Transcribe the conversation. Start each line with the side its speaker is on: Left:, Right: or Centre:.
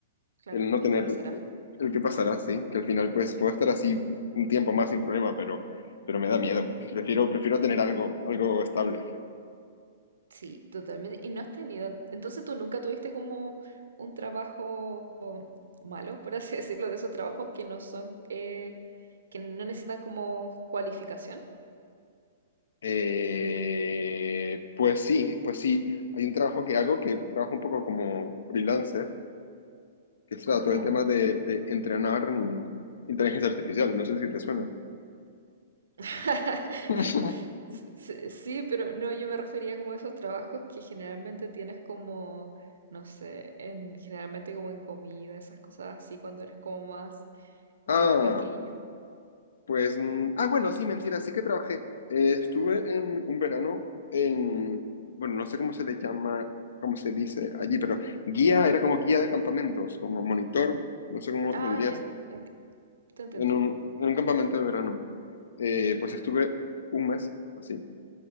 Right: Claro,
Left: el no
Right: el
Left: tener
Right: que pasará.
Left: el qué pasará, sí, que al final pues puedo estar así un tiempo más sin problema, pero, pero me da miedo. Prefiero, prefiero tener algo, algo estable.
Right: Sí, totalmente. ¿Y no has tenido, entonces tú nunca tuviste como un trabajo malo, por así <laughs> decirlo, de esos trabajos que no son, eh, que no necesitan como cualificación?
Left: Eh, pues sí, pues sí. Hay un trabajo que hago que trabajo un poco como freelancer, que es claro, todo
Right: ¿Ya?
Left: el tema de, de entrenar mm, inteligencia artificial. No sé si te suena.
Right: <laughs>
Left: <laughs>
Right: S- s- Sí, pero no, yo me refería como a esos trabajos que generalmente tienes como, no sé, en, generalmente como en comida, esas cosas así, cuando eres como más
Left: Ah.
Right: eh, pequeño.
Left: Pues, mm, ah, bueno, sí, mentira, sí que trabajé. Eh, estuve en un verano en, bueno, no sé cómo se le llama, cómo se dice allí, pero guía, era como guía de campamentos, como monitor, no sé cómo
Right: Ah,
Left: lo dirías,
Right: ya, enti- te entiendo.
Left: en un, en un campamento de verano. Eh, pues estuve un mes, así,